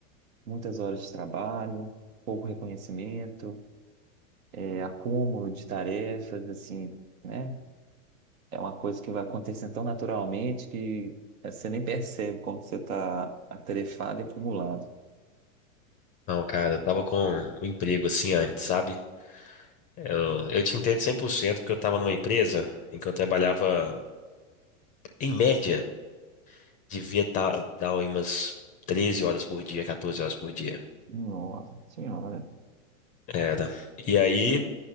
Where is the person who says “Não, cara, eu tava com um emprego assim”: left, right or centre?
Left